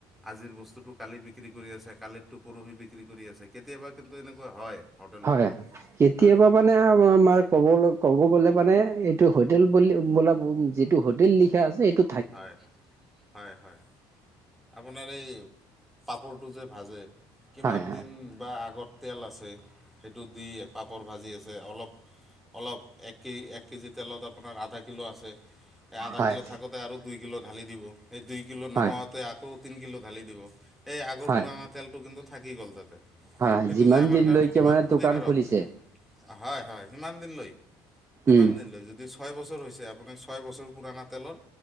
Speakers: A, in the centre; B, on the right (about 25°).
A: আজিৰ বস্তুটো কালি বি বিক্ৰী কৰি আছে কালিৰটো পৰহি বিক্ৰী কৰি আছে কেতিয়াবা কিন্তু এনেকুৱা হয়। হোটেলত
B: হয় কেতিয়াবা
A: হয়
B: মা <unintelligible> আমাৰ ক'বলৈ ক'ব গ'লে মানে এইটো হোটেল বুলি বোলা যিটো হোটেল লিখা আছে সেইটো
A: হয় হয় হয়। আপোনাৰ এই পাপৰটো যে ভাজে কিমান
B: হয় হয়
A: দিন বা আগত তেল আছে সেইটো দি পাপৰ ভাজি আছে অলপ অলপ এক কে এক কেজি তেলত আপোনাৰ আধা কিল' আছে। এ আধাকিলো
B: হয়,
A: থাকোঁতে আৰু দুইকিলো ঢালি দিব। সেই দুইকিলো নোহোৱাওঁতে
B: হয়,
A: আকৌ তিনকিলো ঢালি দিব। এই আগৰ
B: হয়,
A: পুৰণা তেলটো কিন্তু থাকি গ'ল তাতে। সেইটো
B: হয়, যিমান
A: যে আমাৰ
B: দিনলৈকে
A: কাৰণে কিমান
B: মানে
A: ক্ষতিকাৰক
B: দোকান খুলিছে।
A: হয় হয় সিমান দিন লৈ সিমান
B: উম,
A: দিন লৈ যদি চ ছয় বছৰ হৈছে আপুনি ছয় বছৰ পুৰণা তেলৰ